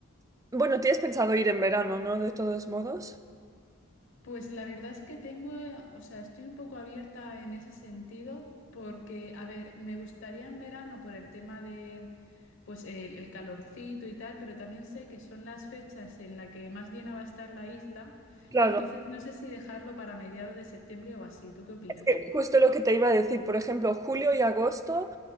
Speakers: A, on the right (about 15°); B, on the left (about 65°).
A: Bueno, tienes pensado ir en verano, ¿no? De todos modos.
B: Pues la verdad es que tengo, eh, o sea, estoy un poco abierta en ese sentido porque, a ver, me gustaría en verano por el tema de, pues, el, el calorcito y tal, pero también sé que son las fechas en las que más llena va a estar la isla,
A: Claro,
B: entonces no sé si dejarlo para mediados de septiembre o así. ¿Tú qué opinas?
A: es que justo lo que te iba a decir, por ejemplo, julio y agosto,